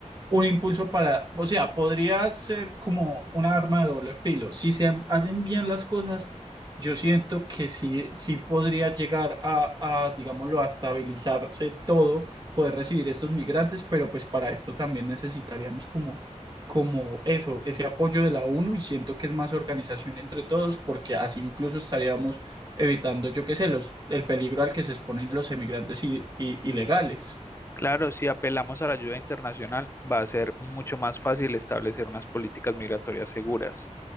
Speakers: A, on the right (about 35°); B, on the left (about 20°).
A: un impulso para, o sea, podría ser como una arma de doble filo. Si se hacen bien las cosas, yo siento que sí, sí podría llegar a, a, digámoslo, a estabilizarse todo, poder recibir estos migrantes, pero pues para esto también necesitaríamos como, como eso, ese apoyo de la ONU y siento que es más organización entre todos, porque así incluso estaríamos evitando, yo qué sé, los, el peligro al que se exponen los emigrantes i- i- ilegales.
B: Claro, si apelamos a la ayuda internacional, va a ser mucho más fácil establecer unas políticas migratorias seguras.